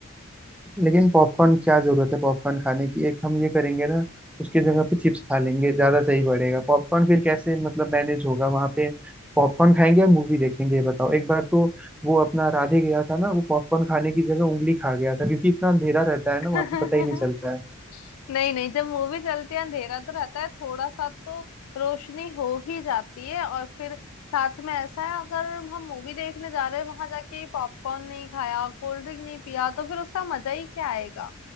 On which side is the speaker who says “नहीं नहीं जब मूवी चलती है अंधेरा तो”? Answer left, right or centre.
Left